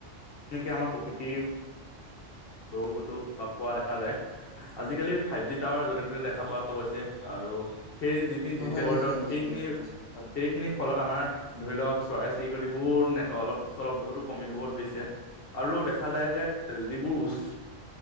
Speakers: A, on the left (about 55°); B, on the left (about 30°).
A: তেনেকে আমাৰ প্ৰকৃতিৰ বহুতো প্ৰভাৱ পোৱা দেখা যায়। আজিকালি ফাইভ জি টাৱাৰ য'তে ত'তে দেখা পোৱা গৈছে আৰু সেই যিখিনি
B: হয়
A: ডিজিটেল
B: হয়
A: ৱৰ্ল্ডত
B: নিশ্চয় নিশ্চয়
A: সেইখিনি,
B: নিশ্চয় নিশ্চয়
A: সেইখিনি ফলত আমাৰ ধৰি লওক চৰাই চিৰিকটিবোৰ অলপ চলপ বহুতো কমি ধৰিব ধৰিছে। আৰু দেখা যায় যে যিবোৰ উচ্চ